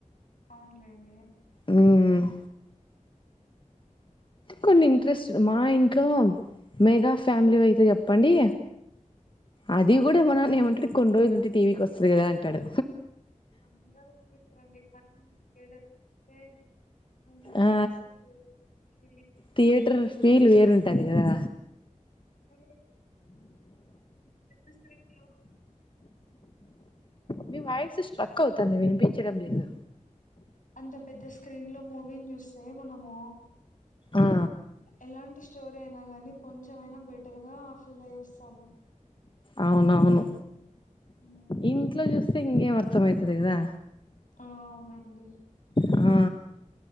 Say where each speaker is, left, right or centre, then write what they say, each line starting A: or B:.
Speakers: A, on the left (about 80°); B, on the left (about 40°).
A: అవునులేండి
B: ఉమ్ కొన్ని ఇంట్రెస్టడ్ మా ఇంట్లో మెగా ఫ్యామిలీవయితే చెప్పండి అది కూడ మనాన్నెమంటడు కొన్ని రోజులుంటే టీ వీ కొస్తది కదా అంటడు
A: అందరు వెళ్ళుంటరండి కానీ లీడర్సే అ హ్యాపీనెస్
B: ఆ
A: ఎ వేరు <unintelligible>
B: థియేటర్ ఫీల్ వేరుంటది కదా
A: అదేగదా అంత పెద్ద స్క్రీన్ లో
B: మీ వాయిస్ స్ట్రక్ అవుతుంది వినిపించడం లేదు
A: అంత పెద్ద స్క్రీన్ లో మూవీన్ చూస్తే మనము
B: ఆ
A: ఎలాంటి స్టోరీ అయినా గానీ కొంచమైనా బెట్ టర్ గా ఫిల్ అయి వస్తాము
B: అవునవును
A: ఉమ్
B: ఇంట్లో చూస్తే ఇంకేం అర్థంమయితది కదా
A: ఆ అవునండి
B: ఆ